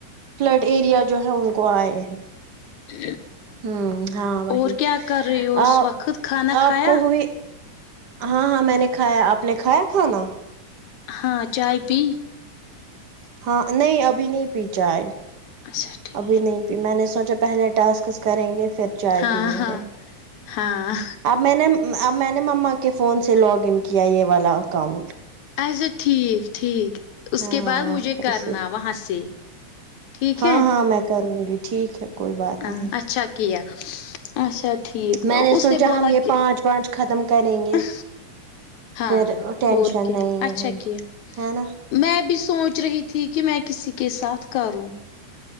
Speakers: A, on the right; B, on the left.
A: فلڈ ایریا جو ہے ان کو اے ہے
B: <inaudible>
A: ہوں ہاں وہی
B: اور کیا کر رہے ہو اس
A: آ
B: وقت کھانا کھایا
A: آپ کو ہوئی ہاں ہاں میں نے کھایا آپ نے کھایا کھانا
B: ہاں چائے پی
A: ہاں نہیں ابھی نہیں پی چاہے
B: اچھا ٹھیک
A: ابھی نہیں میں نے سوچا پہلے ٹاسکس کریں گے پھر چائے
B: ہاں
A: پیئیں
B: ہاں
A: گے
B: ہاں
A: اب میں نے اب میں نے مما کے فون سے لاگ ان کیا یہ والا اکاؤنٹ
B: اچھا ٹھیک ٹھیک اس
A: ہاں
B: کے بعد مجھے کرنا
A: اسے
B: وہاں سے ٹھیک
A: ہاں
B: ہے
A: ہاں میں کروں گی ٹھیک ہے کوئی بات
B: اں
A: نہیں
B: اچھا کیا اچھا ٹھیک
A: میں
B: اس
A: سوچا
B: نے بولا
A: ہم یہ
B: کہ
A: پانچ
B: آہن
A: پانچ ختم کریں گے
B: ہاں
A: پھر ٹینشن
B: اور کیا
A: نہیں
B: اچھا
A: ہے
B: کیا
A: ہے نا
B: میں بھی سوچ رہی تھی کہ میں کسی کے ساتھ کروں